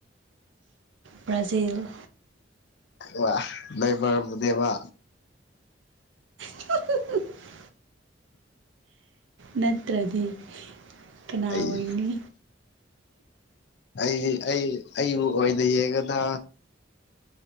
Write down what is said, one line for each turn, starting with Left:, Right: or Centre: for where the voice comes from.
Right: ꯕ꯭ꯔꯥꯖꯤꯜ
Left: ꯋꯥ ꯅꯕꯔꯕꯨꯗꯤꯕ
Right: <inaudible> ꯅꯠꯇ꯭ꯔꯗꯤ ꯀꯅꯥ
Left: ꯑꯩ
Right: ꯑꯣꯏꯅꯤ
Left: ꯑꯩ ꯑꯩ ꯑꯩꯕꯨ ꯑꯣꯏꯅ ꯌꯦꯒꯗ